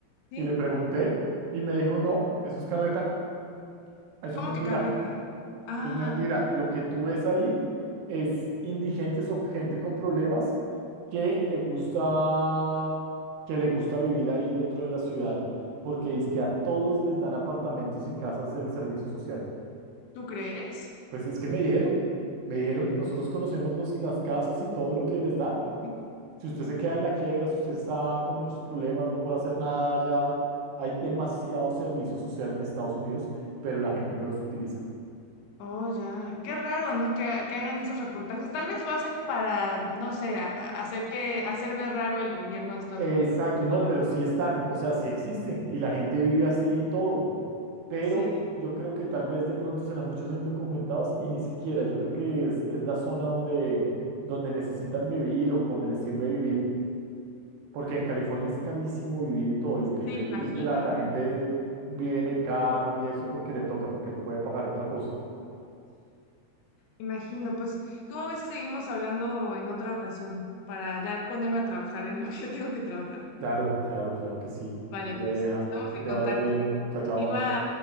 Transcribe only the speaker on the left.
sí.
¿Cómo
que carreta? Ah,
¿tú crees?
Sí.
Oh, ya. Qué raro, ¿no? Que, que hagan esos reportajes. Tal vez lo hacen para, no sé, a- a- hacer que, hacer ver raro el gobierno de Estados
Unidos, ¿no? Hacerlo-
Sí,
sí,
imagino.
Imagino, pues, ¿cómo ves si seguimos hablando en otra ocasión para ya ponerme a trabajar en lo que <laughs> tengo que trabajar?
Vale,
pues,
estamos
en
contacto.
Igual.